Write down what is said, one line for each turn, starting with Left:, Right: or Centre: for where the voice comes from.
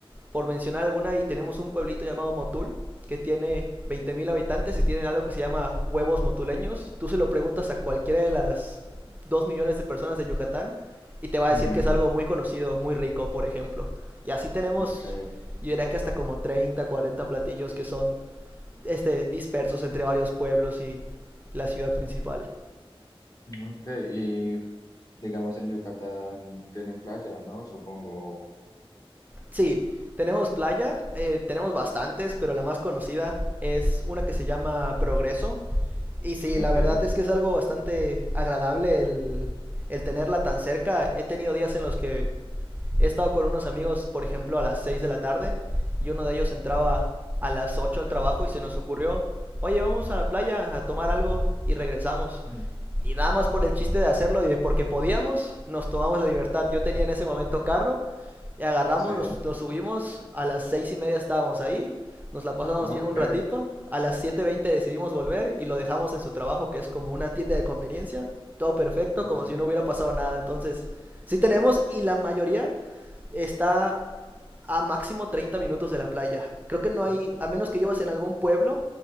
Right: por mencionar alguna, y tenemos un pueblito llamado Motul, que tiene 20.000 habitantes y tienen algo que se llama huevos motuleños. Tú se lo preguntas a cualquiera de las 2 millones de personas de Yucatán y te va a
Left: ujú,
Right: decir que es algo muy conocido, muy rico, por ejemplo. Y así tenemos,
Left: ok.
Right: yo diría que hasta como 30, 40 platillos que son este, dispersos entre varios pueblos y la ciudad principal.
Left: Ok, y digamos en Yucatán tienen playa, ¿no? Supongo.
Right: Sí, tenemos playa, eh, tenemos bastantes, pero la más conocida es una que se llama Progreso, Y sí,
Left: Ok.
Right: la verdad es que es algo bastante agradable el, el tenerla tan cerca. He tenido días en los que he estado con unos amigos, por ejemplo, a las 6 de la tarde y uno de ellos entraba a las 8 al trabajo y se nos ocurrió, oye, vamos a la playa a tomar algo y regresamos.
Left: Ujú.
Right: Y nada más por el chiste de hacerlo y de porque podíamos, nos tomamos la libertad. Yo tenía en ese momento carro y agarramos,
Left: Sí.
Right: nos, nos subimos, a las seis y media estábamos ahí, nos la pasamos
Left: Ok.
Right: bien un ratito, a las siete veinte decidimos volver y lo dejamos en su trabajo que es como una tienda de conveniencia, todo perfecto,
Left: Ujú.
Right: como si no hubiera pasado nada. Entonces, sí tenemos y la mayoría está a máximo 30 minutos de la playa. Creo que no
Left: Mm,
Right: hay, a menos que llevas en algún pueblo,